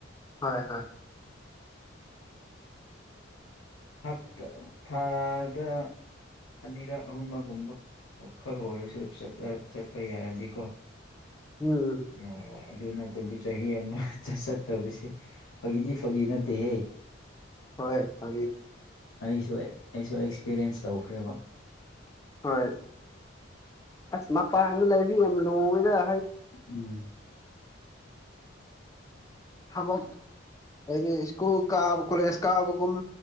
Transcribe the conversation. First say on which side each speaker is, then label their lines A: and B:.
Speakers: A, on the left; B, on the left.
A: ꯍꯣꯏ ꯍꯣꯏ
B: ꯍꯥꯞ ꯊꯥꯗ ꯑꯅꯤꯔꯛ ꯑꯍꯨꯝ ꯑꯃꯒꯨꯝꯕ ꯈꯛ ꯑꯣꯏꯔꯁꯨ ꯆꯠꯄ ꯌꯥꯔꯗꯤꯀꯣ
A: ꯎꯝ ꯎꯝ
B: ꯌꯥ ꯋꯥ ꯑꯗꯨ ꯅꯠꯇꯕꯨ ꯆꯍꯤ ꯑꯃ ꯆꯠꯇꯕꯁꯦ ꯐꯒꯤꯗꯤ ꯐꯥꯒꯤ ꯅꯠꯇꯦꯍꯦ
A: ꯍꯣꯏ ꯐ
B: ꯑꯩꯁꯨ ꯑꯩꯁꯨ ꯑꯦꯛꯁꯄꯤꯔꯤꯌꯦꯟꯁ ꯇꯧꯈ꯭ꯔꯦꯕ
A: ꯍꯣꯏ ꯑꯁ ꯃꯄꯥꯟ ꯑꯃ ꯂꯩꯔꯤ ꯌꯥꯝ ꯂꯣꯏꯔ
B: ꯎꯝ
A: ꯊꯕꯛ ꯍꯥꯏꯗꯤ ꯁ꯭ꯀꯨꯜ ꯀꯥꯕ ꯀꯣꯂꯦꯖ ꯀꯥꯕ ꯨꯝ